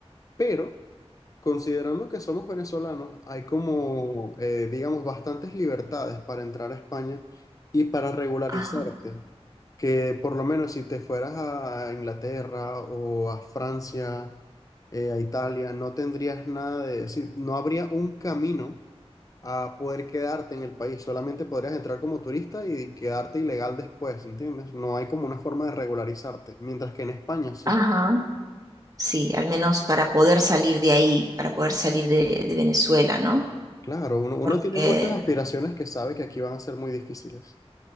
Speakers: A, on the left; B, on the right.
A: pero Considerando que somos venezolanos, hay como, eh, digamos, bastantes libertades para entrar a España y para regularizarte.
B: Ajá,
A: Que por lo menos si te fueras a Inglaterra o a Francia, eh, a Italia, no tendrías nada de, decir, no habría un camino a poder quedarte en el país. Solamente podrías entrar como turista y quedarte ilegal después, ¿entiendes? No hay como una forma de regularizarte, mientras que en España sí.
B: ajá, sí, al menos para poder salir de ahí, para poder salir de, de Venezuela, ¿no?
A: Claro, uno, uno
B: Porque
A: tiene muchas aspiraciones que sabe que aquí van a ser muy difíciles.